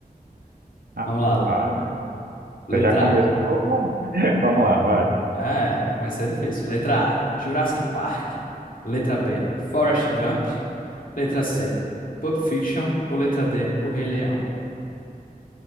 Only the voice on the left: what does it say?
Vamos
lá.
Letra
A. É, comecei difícil. Letra A, Jurassic Park. Letra B, Forrest Gump. Letra C, Pulp Fiction. Ou letra D, O Rei Leão?